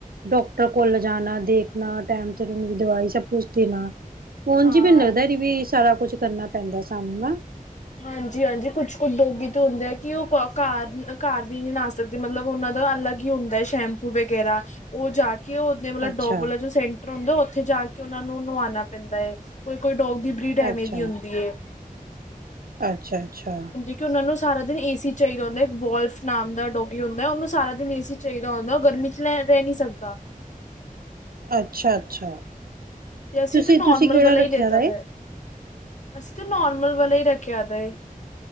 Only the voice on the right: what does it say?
ਡਾਕਟਰ ਕੋਲ ਜਾਣਾ ਦੇਖਣਾ ਟੈਮ ਤੇ ਵੀ ਦਵਾਈ ਪੁੂਛਦੀ ਨਾ ਫੋਨ
ਜੀ ਮੈਨੂੰ ਲਗਦਾ ਵੀ ਸਾਰਾ ਸਾਰਾ ਕੁੱਛ ਕਰਨਾ ਪੈਂਦਾ ਸਾਨੂੰ ਨਾ
ਅੱਛਾ
ਅੱਛਾ
ਅੱਛਾ ਅੱਛਾ।
ਅੱਛਾ ਅੱਛਾ।
ਤੁਸੀਂ
ਤੁਸੀਂ ਕਿਹੜਾ
ਰੱਖਿਆ
ਵੈ